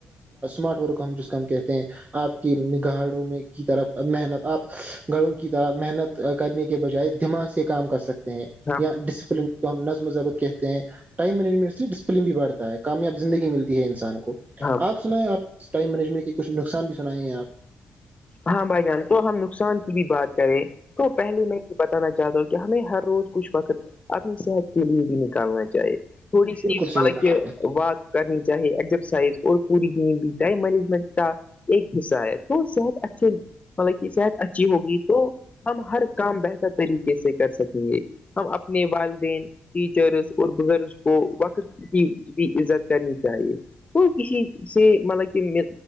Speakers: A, on the right; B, on the left.
A: مارٹ ورک ہم جس کا ہم کہتے ہیں آپ کی نگاڑوں میں کی طرف محنت آپ گڑوں کی طرح محنت کرنے کے بجائے دماغ سے کام کر سکتے ہیں
B: ہاں
A: یا ڈسپلن تو ہم نظم مذہبت کہتے ہیں ٹائم مینجمنٹ سے ڈسپلن بھی بڑھتا ہے کامیاب زندگی ملتی ہے انسان کو
B: ہاں
A: آپ سنائیں آپ ٹائم مینجمنٹ کے کچھ نقصان بھی سنیں ہیں آپ
B: ہاں بھائی جان کو ہم نقصان کی بھی بات کریں تو پہلے میں یہ بتانا چاہتا ہوں کہ کہ ہمیں ہر روز کچھ وقت اپنی صحت کے لیے بھی نکالنا چاہیے تھوڑی سی
A: بالکل
B: مطلب
A: صحیح کہا
B: کہ
A: آپ
B: وات کرنی چاہیے ایگزرسائز اور پوری زین بھی اہائم مینجمنٹ کا ایک حصہ ہے تو صحت اچھے مطلب کہ صحت اچھی ہوگی تو ہم ہر کام بہتر طریقے سے کر سکیں گے ہم اپنے والدین ٹیچرس اور بزرگ کو وقت کی بھی عزت کرنی چاہیے وہ کسی سے مطلب کہ